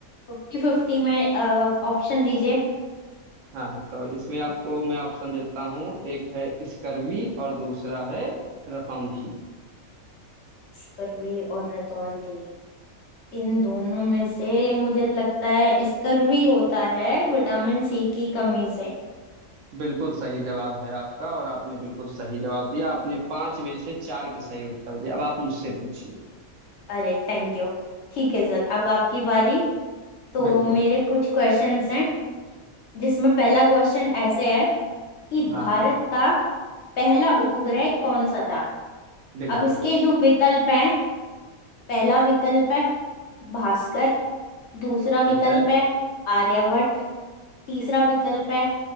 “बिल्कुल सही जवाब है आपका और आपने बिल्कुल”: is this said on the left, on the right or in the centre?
Right